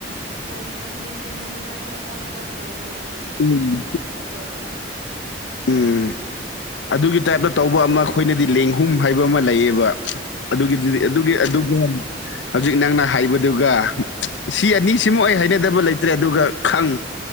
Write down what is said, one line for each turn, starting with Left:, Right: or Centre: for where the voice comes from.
Right: ꯑꯣ ꯈꯪꯉꯦ ꯈꯪꯉꯦ ꯃꯅꯥꯏ ꯈꯔ ꯄꯥꯛꯇꯛ ꯇꯧꯔꯒ ꯃꯇꯨ
Left: ꯎꯝ
Right: ꯍꯨꯕ ꯇꯥꯏꯞ ꯇꯧꯕꯗꯣ
Left: ꯎꯝ ꯑꯗꯨꯒꯤ ꯇꯥꯏꯞꯇ ꯇꯧꯕ ꯑꯃ ꯑꯩꯈꯣꯏꯅꯗꯤ ꯂꯦꯡꯍꯨꯝ ꯍꯥꯏꯕ ꯑꯃ ꯂꯩꯌꯦꯕ ꯑꯗꯨꯒꯤꯗꯨꯗꯤ
Right: ꯎꯝ
Left: ꯑꯗꯨꯒꯤ ꯑꯗꯨꯒ ꯍꯧꯖꯤꯛ ꯅꯪꯅ ꯍꯥꯏꯕꯗꯨꯒ ꯁꯤ ꯑꯅꯤꯁꯤꯃ ꯑꯩ ꯍꯥꯏꯅꯗꯕ ꯂꯩꯇ꯭ꯔꯦ ꯑꯗꯨꯒ ꯈꯪ